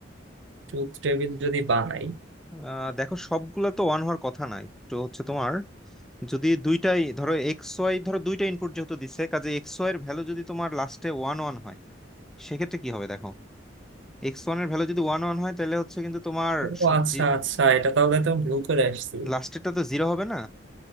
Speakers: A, on the right (about 80°); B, in the centre.
A: ট্রুথ টেবিল যদি বানাই
B: আহ, দেখো সবগুলা তো ওয়ান হওয়ার কথা না একটু হচ্ছে তোমার যদি দুইটাই ধরো এক্স ওয়াই ধরো দুইটা ইনপুট যেহেতু দিছে কাজে এক্স ওয়াই এর ভ্যালু যদি তোমার লাস্টে ওয়ান ওয়ান হয় সেক্ষেত্রে কি হবে দেখো এক্স ওয়ান এর ভ্যালু যদি ওয়ান ওয়ান হয় তাহলে হচ্ছে কিন্তু তোমার
A: ও
B: স-
A: আচ্ছা
B: জি-
A: আচ্ছা এটা তাহলে তো ভুল করে আসছি
B: লাস্টেরটা তো জিরো হবে না